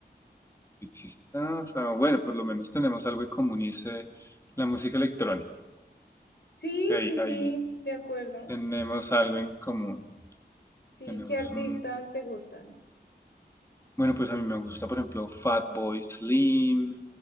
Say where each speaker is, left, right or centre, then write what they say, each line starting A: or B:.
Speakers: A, on the left (about 15°); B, on the left (about 85°).
A: Exista, o sea, bueno, por lo menos tenemos algo en común y es eh, la música electrónica.
B: Sí,
A: Ahí,
B: sí, sí,
A: ahí
B: de acuerdo.
A: tenemos algo en común.
B: Sí,
A: Tenemos
B: ¿qué artistas
A: un...
B: te gustan?
A: Bueno, pues a mí me gusta, por ejemplo, Fatboy Slim,